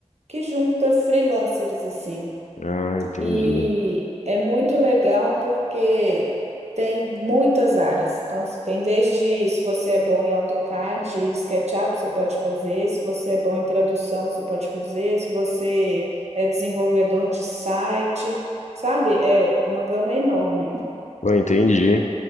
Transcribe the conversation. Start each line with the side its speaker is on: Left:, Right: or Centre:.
Right: que junta freelancers assim.
Left: Ah, entendi.
Right: E é muito legal porque tem muitas áreas. Então, se tem desde se você é bom em AutoCAD, e SketchUp, você pode fazer. Se você é bom em tradução, você pode fazer. Se você é desenvolvedor de site, sabe? É uma gama enorme.
Left: Pô, entendi.